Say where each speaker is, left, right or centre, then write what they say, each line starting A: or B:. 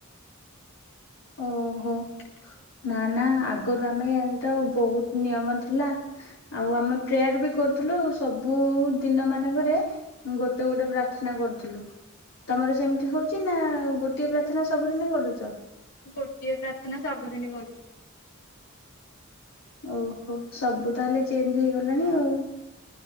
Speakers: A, on the left; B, on the left.
A: ଓହୋ ନା ନା ଆଗରୁ ଆମେଟା ବହୁତ ନିୟମ ଥିଲା ଆଉ ଆମେ ପ୍ରେୟାର ବି କରୁଥିଲୁ ସବୁ ଦିନ ମାନଙ୍କରେ ଗୋଟେ ଗୋଟେ ପ୍ରାର୍ଥନା କରୁଥିଲୁ ତମର ସେମିତି ହଉଛି ନା ଗୋଟିଏ ପ୍ରାର୍ଥନା ସବୁଦିନ କରୁଛ
B: ଗୋଟିଏ ପ୍ରାର୍ଥନା ସବୁଦିନ କରୁଛନ୍ତି
A: ଓହୋ ସବୁ ତାହେଲେ ଚେଞ୍ଜ ହେଇଗଲାଣି ଆଉ